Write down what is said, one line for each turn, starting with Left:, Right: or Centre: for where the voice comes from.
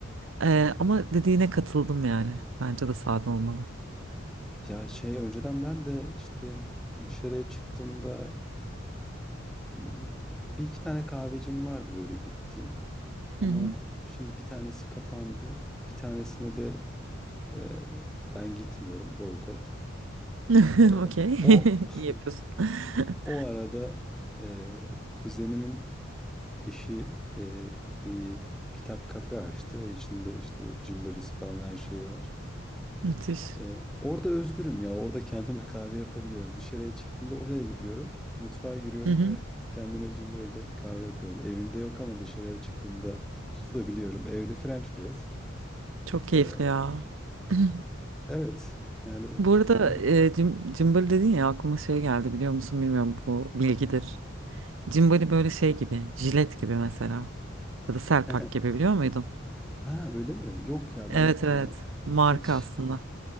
Right: E, ama dediğine katıldım yani. Bence de sade olmalı.
Centre: Ya, şey, önceden ben de, işte, dışarıya çıktığımda, ımm, 1-2 tane kahvecim vardı böyle gittiğim. Ama
Right: Hı hı.
Centre: şimdi bir tanesi kapandı. Bir tanesine de e, ben gitmiyorum. Boykot.
Right: <laughs>
Centre: E,
Right: Okey. <laughs>
Centre: o
Right: İyi yapıyorsun. <laughs>
Centre: <laughs> o arada e, kuzenimin eşi e, bir kitap kafe açtı ve içinde işte cimbalisi falan her şeyi var.
Right: Müthiş.
Centre: E, orada özgürüm ya. Orada kendime kahve yapabiliyorum. Dışarıya çıktığımda oraya gidiyorum. Mutfağa giriyorum
Right: Hı hı.
Centre: ve kendime cimbalide kahve yapıyorum. Evimde yok ama dışarıya çıktığımda <laughs> bulabiliyorum. Evde French press.
Right: Çok keyifli
Centre: E,
Right: ya. <laughs> <clears throat>
Centre: Evet, yani
Right: Bu arada
Centre: on
Right: e, cim, cimbali dedin ya aklıma şey geldi biliyor musun bilmiyorum bu bilgidir. Cimbali böyle şey gibi jilet gibi mesela ya da Selpak
Centre: <laughs>
Right: gibi biliyor muydun?
Centre: Ha, öyle mi? Yok ya
Right: Evet
Centre: ben,
Right: evet
Centre: eee,
Right: marka
Centre: hiç
Right: aslında.